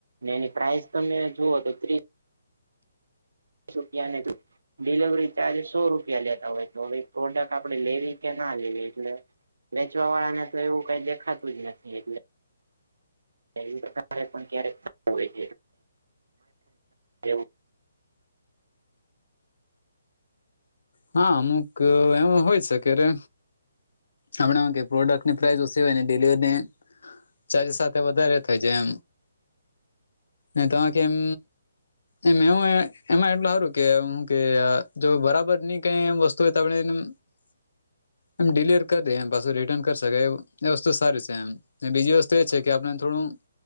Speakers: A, on the right; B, on the left.
A: એની પ્રઇસ તમે જુઓ તો ત્રીસ. શપિયા ને તું. ડિલવરી ચાર્જ સો રૂપિયા લેતા હોય તો હવે એક પ્રોડક્ટ આપે લેવી કે ના લેવી એટલે. વેચવા વાળાને તો એવું કઈ દેખાતું જ નથી એટલે. એ પ્રકારે પણ ક્યારેક હોય. ત્યાર
B: હા અમુક એમ હોય શકે રે. આપમણા કે પ્રોડક્ટની પ્રાઇસ ઓછું હોય ને ડિલિવરીને. ચાલી સાથે વધારે થઇ જાય એમ તમા કે એમ. એમ હું એમાં એટલ હારું કે હું કે જો બરાબર ની. કઈ વસ્તુ હો તમણે એમ. એમ ડિલવર કરી દે એમ પાછું રિટર્ન કરી શકેાય એ વસ્તુ સારી છે એમ. અને બીજી વસ્તુ એ છે કે આપણે થોડું